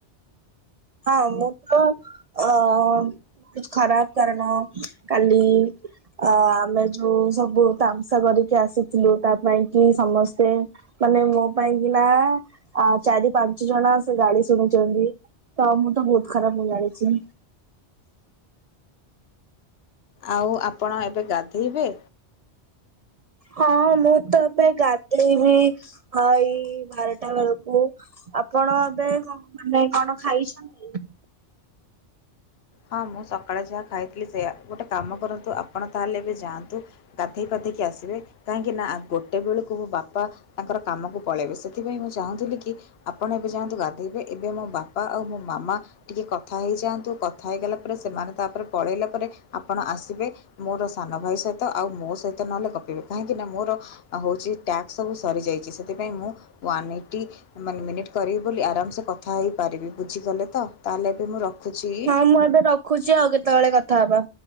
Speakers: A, on the right (about 65°); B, on the left (about 65°).
A: ହଁ ମୁଁ ତ ଅ ଖରାପ୍ କାରଣ କାଲି ଆ ଆମେ ଯୋଉ ସବୁ ତାମ୍ସା କରିକି ଆସିଥିଲୁ ତା ପାଇଁକି ସମସ୍ତେ ମାନେ ମୋ ପାଇଁ କିନା ଆ ଚାରି ପାଞ୍ଚ ଜଣ ସେ ଗାଳି ଶୁଣିଚନ୍ତି। ତ ମୁଁ ତ ବହୁତ ଖରାପ ମୁଁ ଜାଣିଚି।
B: ଆଉ ଆପଣ ଏବେ ଗାଧେଇବେ?
A: ହଁ ମୁଁ ତ ଏବେ ଗାଧେଇବି ହଇ ବାରଟା ବେଳକୁ। ଆପଣ ଏବେ କ ମାନେ କଣ ଖାଇଛନ୍ତି?
B: ହଁ ମୁଁ ସକାଳେ ଯାହା ଖାଇଥିଲି ସେୟା ଗୋଟେ କାମ କରନ୍ତୁ ଆପଣ ତାହେଲେ ଏବେ ଯାଆନ୍ତୁ ଗାଧେଇ ପାଧେଇକି ଆସିବେ କାହିଁକି ନା ଗୋଟେ ବେଳକୁ ବାପା ତାଙ୍କର କାମକୁ ପଳେଇବେ ସେଥିପାଇଁ ମୁଁ ଚାହୁଁଥିଲି କି ଆପଣ ଏବେ ଯାଆନ୍ତୁ ଗାଧେଇବେ ଏବେ ମୋ ବାପା ଆଉ ମୋ ମାମା ଟିକେ କଥା ହେଇଯାଆନ୍ତୁ କ କଥା ହେଇଗଲା ପରେ ସେମାନେ ତାପରେ ପଳେଇଲା ପରେ ଆପଣ ଆସିବେ। ମୋର ସାନ ଭାଇ ସହିତ ଆଉ ମୋ ସହିତ ନହେଲେ ଗପିବେ କାହିଁକି ନା ମୋର ହଉଛି ଟ୍ୟାକ୍ସ ସବୁ ସରିଯାଇଛି ସେଥିପାଇଁ ମୁଁ ୱାନ୍ ଏଇଟି ମାନେ ମିନିଟ କରିବି ବୋଲି ଆରାମସେ କଥା ହେଇପାରିବି ବୁଝିଗଲେ ତ ତାହେଲେ ଏବେ ମୁଁ ରଖୁଛି।
A: ହଁ ମୁଁ ଏବେ ରଖୁଛି ଆଉ କେତେବେଳେ କଥା ହବା।